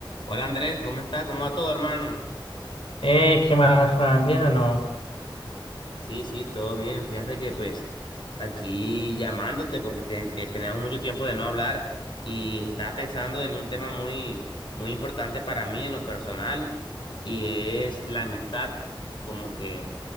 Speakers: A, on the left (about 65°); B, on the left (about 85°).
A: Hola Andrés, ¿cómo está, ¿Cómo va todo, hermano?
B: Eh, ¿qué más, Juan? ¿Bien o no?
A: Sí, sí, todo bien. Fíjate que pues aquí llamándote porque te- eh, tenemos mucho tiempo de no hablar y estaba pensando en un tema muy, muy importante para mí en lo personal y es la amistad. Como que